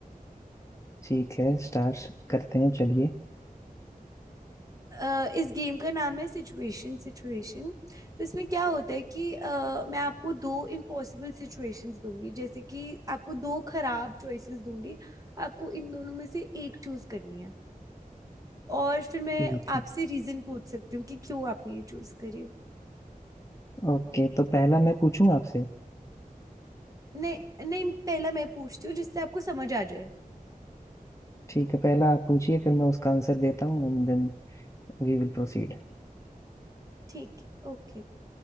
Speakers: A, on the left; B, on the right.
A: ठीक है स्टार्ट करते हैं चलिए
B: अ, इस गेम का नाम है सिचुएशन सिचुएशन तो इसमें क्या होता है कि अ, मैं आपको दो इम्पॉसिबल सिचुएशंस दूंगी जैसे कि आपको दो खराब चॉइसेस दूंगी आपको इन दोनों में से एक चूज करनी है और फिर मैं
A: ठीक
B: आपसे
A: है
B: रीजन पूछ सकती हूँ कि क्यों आपने ये चूज करी
A: ओके तो पहला मैं पूछूं आपसे
B: नहीं नहीं पहला मैं पूछती हूँ जिससे आपको समझ आ जाए
A: ठीक है पहला आप पूछिए फिर मैं उसका आंसर देता हूँ and then we will proceed
B: ठीक है ओके